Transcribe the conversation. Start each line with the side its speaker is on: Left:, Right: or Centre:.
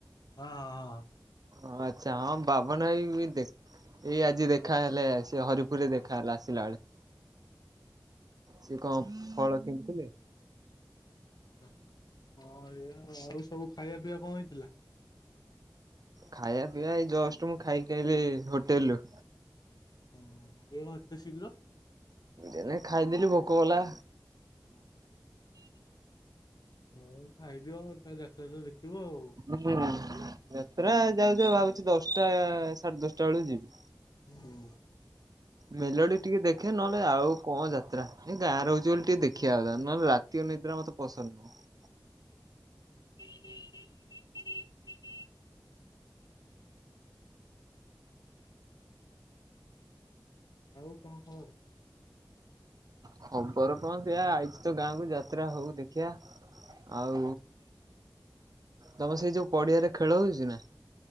Left: ହଁଁ ହଁ।
Right: ଆଚ୍ଛା ହଁ ବାବନ ଭାଇ ବି ଦେଖ ଏଇ ଆଜି ଦେଖାହେଲେ ସେ ହରିପୁରରେ ଦେଖାହେଲା ଆସିଲା ବେଳେ ସିଏ କଣ ଫଳ କିଣିଥିଲେ
Left: କଣ ଏୟା ଆଉ ସବୁ ଖାଇବା ପିଇବା କଣ ହେଇଥିଲା?
Right: ଖାଇବା ପିଇବା ଏଇ ଜଷ୍ଟ ମୁଁ ଖାଇ ଖାଇଲି ହୋଟେଲରୁୁ
Left: ହଁ ଆଜି କଣ ଏତେ ଶୀଘ୍ର।
Right: ଏଣେ ଖାଇଦେଲି ଭୋକ କଲା
Left: ହୁଁ ହ <unintelligible> ହଁ ଖାଇଦିଅ ଜାତ୍ରା ତ ଦେଖିବ ଆଉ।
Right: ହୁଁ ଯାତ୍ରା ଯାଉଛ ଭାବୁଛି ଦଶଟା ସାଢେ ଦଶଟା ବେଳକୁ ଯିବି।
Left: ହୁଁ।
Right: ମେଲୋଡି ଟିକେ ଦେଖେ ନ ଆଉ କଣ ଯାତ୍ରା ଏ ଗାଁରେ ହହୁଛି ବୋଲି ଟିକେ ଦେଖିବା କଥା ନହେଲେ ରାତି ଅନିଦ୍ରା ମତେ ପସନ୍ଦ ନୁହଁ।
Left: ହୁଁ <unintelligible> <unintelligible> ଆଉ କଣ ଖବର।
Right: ଖବର କଣ ସେଆ ଆଇଛି ତ ଗାଁକୁ ଯାତ୍ରା ହଉ ଦେଖିଆ। ଆଉ
Left: ହୁ ହ <unintelligible>
Right: ତମ ସେଇ ଯୋଉ ପଡିଆରେ ଖେଳ ହଉଛି ନା।